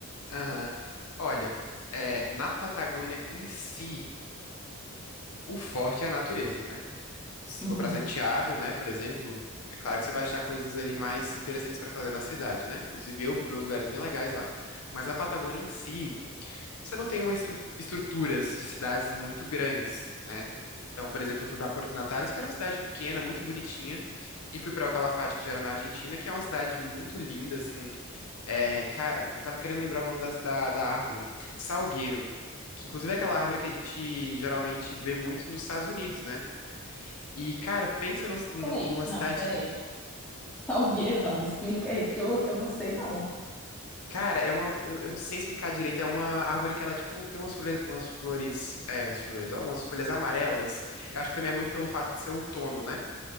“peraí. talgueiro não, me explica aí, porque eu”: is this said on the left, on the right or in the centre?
Centre